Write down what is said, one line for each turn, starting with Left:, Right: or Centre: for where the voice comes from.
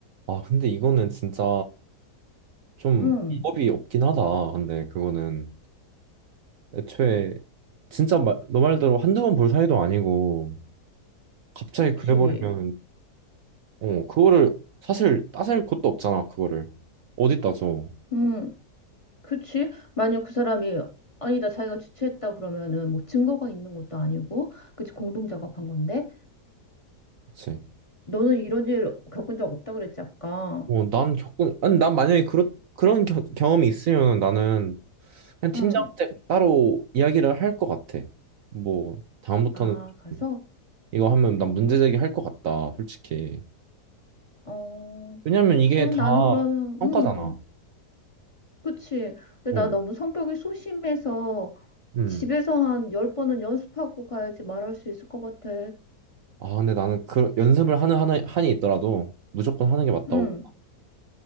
Right: 아, 근데 이거는 진짜 좀
Left: 응,
Right: 방법이 없긴 하다. 근데 그거는 애초에 진짜 말, 너 말대로 한두 번 볼 사이도 아니고 갑자기
Left: 그치.
Right: 그래버리면 어, 그거를 사실 따질 곳도 없잖아, 그거를. 어디 따져.
Left: 응, 그치. 만약 그 사람이 아니다 자기가 주최했다 그러면은 뭐 증거가 있는 것도 아니고, 그치 공동 작업한 건데.
Right: 그치.
Left: 너는 이런 일 겪은 적 없다 그랬지, 아까.
Right: 어, 난 겪은, 아니, 난 만약에 그렇, 그런 겨- 경험이 있으면 나는 그냥 팀장한테
Left: 응.
Right: 따로 이야기를 할 것 같아. 뭐, 다음부터는
Left: 아, 가서?
Right: 좀 이거 하면 난 문제제기 할 것 같다, 솔직히.
Left: 어,
Right: 왜냐면 이게
Left: 어,
Right: 다
Left: 나는 그러면,
Right: 성과잖아.
Left: 응, 그치. 근데
Right: 어,
Left: 나 너무 성격이 소심해서
Right: 음.
Left: 집에서 한 열번은 연습하고 가야지 말할 수 있을 것 같아.
Right: 아, 근데 나는 그 연습을 하는 한이, 한이 있더라도 무조건 하는 게 맞다고.
Left: 응.